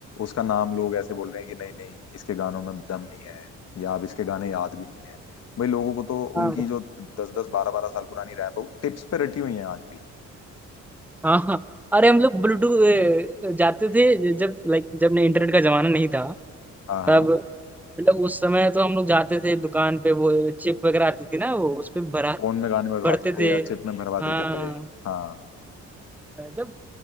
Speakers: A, on the left (about 55°); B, in the centre.
A: उसका नाम लोग ऐसे बोल रहे हैं कि नहीं नहीं इसके गानों में दम नहीं है या अब इसके गाने याद भी नहीं है भाई लोगों को तो
B: से
A: उनकी जो दस दस बारह बारह साल पुरानी रैप हो टिप्स पे रटी हुई है आज भी
B: हाँ हाँ अरे हम लोग ब्लूटूथ जाते थे जब लाइक जब ने इंटरनेट का जमाना नहीं था
A: हाँ हाँ
B: तब मतलब उस समय तो हम लोग जाते थे दुकान पे वो चिप वगैरह आती थी ना वो उस पे भरा
A: फोन में गाने भरवा
B: भरते
A: देते
B: थे
A: या चिप में भरवा
B: हाँ
A: देते थे हाँ
B: जब